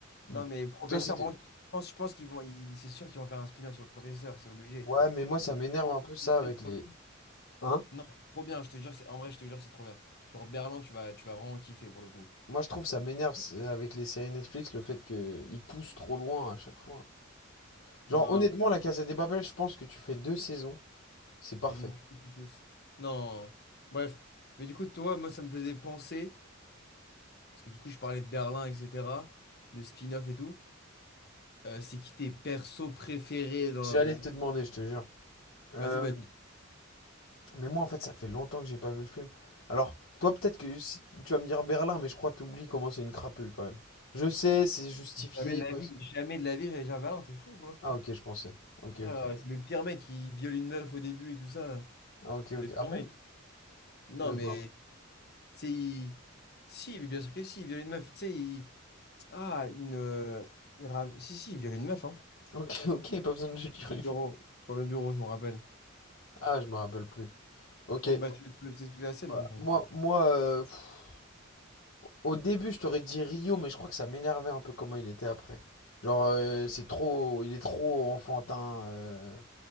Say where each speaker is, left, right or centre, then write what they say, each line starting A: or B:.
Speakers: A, on the left (about 75°); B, on the left (about 50°).
A: Mm.
B: Non, mais professeur,
A: Toi, c'était.
B: par contre, je pense, je pense qu'ils vont, ils- c'est sûr qu'ils vont faire un spin-off sur le professeur, c'est obligé.
A: Ouais, mais moi, ça m'énerve
B: Tellement de
A: un peu ça
B: culture
A: avec
B: sur
A: les.
B: lui.
A: Hein?
B: Non, c'est trop bien, je te jure que c'est... En vrai, je te jure que c'est trop bien. Genre Berlin, tu vas, tu vas vraiment kiffer pour le coup.
A: Moi, je trouve ça m'énerve c'est- avec les séries Netflix le fait que ils poussent trop loin à chaque fois. Genre,
B: Non,
A: honnêtement, La Casa des Papel, je pense que tu fais deux saisons, c'est parfait.
B: je m'en fous du tout. Non. Bref. Mais du coup, toi, moi, ça me faisait penser, parce que du coup, je parlais de Berlin, etc., de spin-off et tout. Euh, c'est qui tes persos préférés dans
A: J'allais
B: la... parce que
A: te
B: du coup-
A: demander, je te jure. Euh,
B: Vas-y, bah...
A: Mais moi, en fait, ça fait longtemps que j'ai pas vu le film. Alors, toi, peut-être que si tu vas me dire Berlin, mais je crois que t'oublies comment c'est une crapule quand même. Je sais, c'est justifié
B: Jamais de
A: parce
B: la vie,
A: que.
B: jamais de la vie, j'allais dire Berlin, t'es fou, quoi.
A: Ah, ok, je pensais. Ok,
B: Frère,
A: ok.
B: euh, c'est le pire mec qui viole une meuf au début et tout ça.
A: Ah, ok, ok.
B: C'est le pire
A: Ah bon?
B: mec. Non,
A: Ouais, je
B: mais,
A: me rappelle.
B: tu sais, il- Si, mais bien sûr que si, il viole une meuf, tu sais, il... Ah, une. euh, il ra- Si, si, il virait une meuf, hein.
A: Ok, <laughs> ok, pas besoin de le dire.
B: Sur le bureau, sur le bureau, je me rappelle.
A: Ah, je me rappelle plus. Ok.
B: Franck, bah, tu peux t'expliquer la scène?
A: Voilà.
B: non, je-
A: Moi, moi, euh, pff, au début, je t'aurais dit Rio, mais je crois que ça m'énervait un peu comment il était après. Genre, euh, c'est trop, il est trop enfantin, euh,